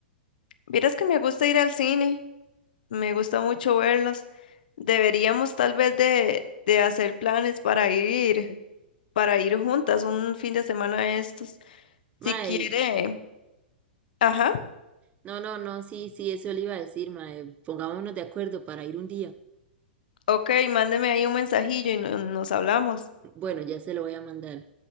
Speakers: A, on the left; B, on the right.
A: Vieras que me gusta ir al cine. Me gusta mucho verlas. Deberíamos tal vez de, de hacer planes para ir, para ir juntas un fin de semana a estos.
B: Mae,
A: Si quiere. Ajá.
B: no, no, no, sí, sí, eso le iba a decir, mae. Pongámonos de acuerdo para ir un día.
A: Ok, mándeme ahí un mensajillo y no- nos hablamos.
B: Bueno, ya se lo voy a mandar.